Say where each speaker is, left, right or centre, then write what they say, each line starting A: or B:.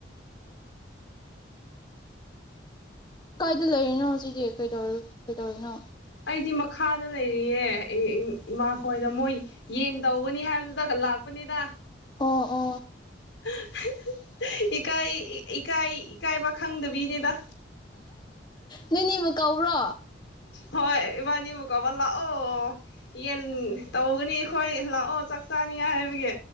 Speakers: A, on the left; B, on the left.
A: ꯀꯥꯏꯗ ꯂꯩꯔꯤꯅꯣ ꯍꯨꯖꯤꯛꯀꯤ ꯀꯩꯗꯧ ꯀꯩꯗꯧꯔꯤꯅꯣ
B: ꯑꯩꯗꯤ ꯃꯈꯥꯗ ꯂꯩꯔꯤꯌꯦ ꯏ ꯏ ꯏꯃꯥꯈꯣꯏꯗ ꯃꯣꯏ ꯌꯦꯟ ꯇꯧꯒꯅꯤ ꯍꯥꯏꯕꯗꯨꯗ ꯂꯥꯛꯄꯅꯤꯗ
A: ꯑꯣ ꯑꯣ
B: <unintelligible> ꯏꯀꯥꯏ ꯏ ꯏꯀꯥꯏ ꯏꯀꯥꯏꯕ ꯈꯪꯗꯕꯤꯅꯤꯗ
A: ꯅꯣꯏꯅꯤꯕꯨꯨ ꯀꯧꯕ꯭ꯔꯣ
B: ꯍꯣꯏ ꯏꯕꯥꯅꯤꯕꯨ ꯀꯧꯕ ꯂꯥꯛꯑꯣ ꯌꯦꯟ ꯇꯧꯒꯅꯤ ꯑꯈꯣꯏ ꯂꯥꯛꯑꯣ ꯆꯥꯛ ꯆꯥꯅꯤꯡꯉꯤ ꯍꯥꯏꯕꯒꯤ